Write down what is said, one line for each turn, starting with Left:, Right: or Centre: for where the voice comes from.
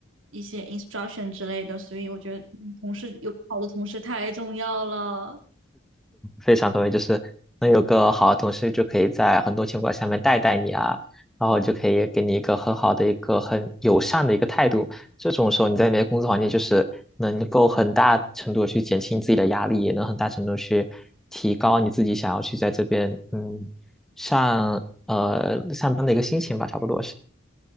Right: 一些 instruction 之类的。所以我觉得，嗯同事有好的同事太重要了。
Centre: 非常同意，就是能有个好的同事，就可以在很多情况下面带带你啊，然后就可以给你一个很好的一个很友善的一个态度。这种时候你在你的工作环境就是能够很大程度地去减轻自己的压力，也能很大程度去提高你自己想要去在这边嗯上呃上班的一个心情吧，差不多是。